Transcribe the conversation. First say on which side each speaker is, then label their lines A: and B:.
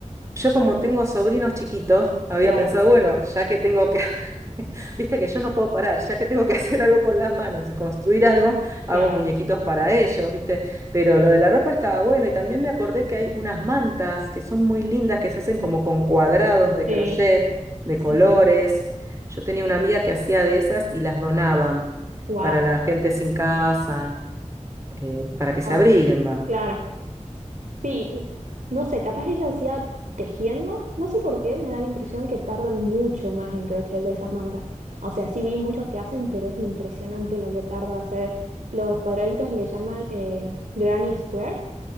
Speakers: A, on the right; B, on the right.
A: Yo como tengo sobrinos chiquitos, había
B: Claro,
A: pensado, bueno, ya que tengo que, <laughs> viste que yo no puedo parar, ya que tengo que <laughs> hacer algo con las manos y construir algo, hago
B: claro.
A: muñequitos para ellos, viste. Pero lo de la ropa estaba bueno y también me acordé que hay unas mantas que son muy lindas, que se hacen como con cuadrados de
B: Sí,
A: crochet, de
B: sí,
A: colores.
B: sí.
A: Yo tenía una amiga que hacía de esas y las donaban
B: Wow,
A: para la gente sin casa, eh, para que se
B: wow.
A: abriguen, va.
B: Claro. Sí, mm, no sé, capaz ella hacía tejiendo, no sé por qué, me da la impresión que tardan mucho más en crochet de esas mantas. O sea, sí vi muchos que hacen, pero es impresionante lo que tarda hacer. Los cuadraditos le llaman eh, granny squares